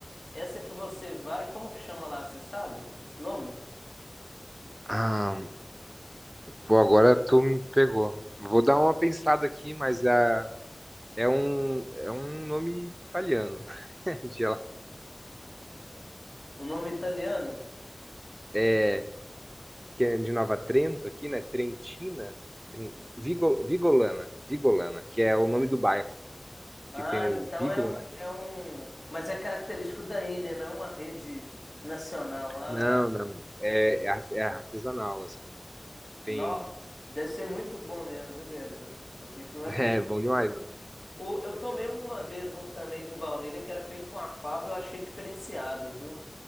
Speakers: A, on the left; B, on the right.
A: Essa que você vai, como que chama lá, você sabe? Nome? <laughs>
B: Ah, pô, agora tu me pegou. Vou dar uma pensada aqui, mas ah, é um, é um nome italiano. <laughs> de lá.
A: O nome italiano?
B: É, que é de Nova Trento aqui, né? Trentina, Tren- Vigo- Vigolana, Vigolana, que é o nome do bairro, que
A: Ah,
B: tem o
A: então
B: Vigolo,
A: é um,
B: né?
A: é um. Mas é característico daí, né? Não é uma rede nacional. Ah,
B: Não,
A: bacana.
B: não. É, é ar- é artesanal, assim. não
A: Nó.
B: Tem.
A: Deve ser muito bom mesmo, viu, Pedro? Eu fico
B: <laughs>
A: <laughs> imaginando.
B: É bom demais. bom demais.
A: O- Eu tomei uma vez um também de baunilha que era feito com a fava e eu achei diferenciado, viu?